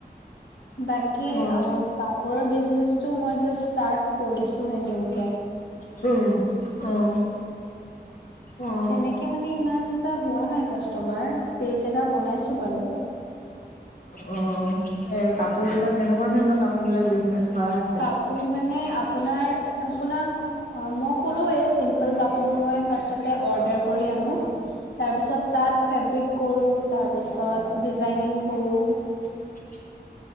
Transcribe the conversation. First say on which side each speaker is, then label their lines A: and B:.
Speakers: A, on the left; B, on the left.
A: বাকী
B: অ', অ'।
A: আ কাপোৰৰ বিজনেচটো মই জাষ্ট স্টাৰ্ত কৰিছোহে নিউকে।
B: অ', অ', অ',
A: তেনেকে মানে ইমান এটা হোৱা নাই কাষ্টমাৰ, পেইজ এটা বনাইছো বাৰু।
B: অ', এ কাপোৰ বিলাক কেনেকুৱা ধৰণৰ কাপোৰ বিলাক বিজনেচ কৰা হৈছে?
A: কাপোৰ মানে আপোনাৰ আপোনাক অ মই ক'লোৱেই চিম্পল কাপোৰ মই ফাৰ্ষ্টতে অৰ্ডাৰ কৰি আ নো, তাৰপিছত তাত ফেব্ৰিক কৰো, তাৰপিছত ডিজাইনিং কৰো।
B: <unintelligible>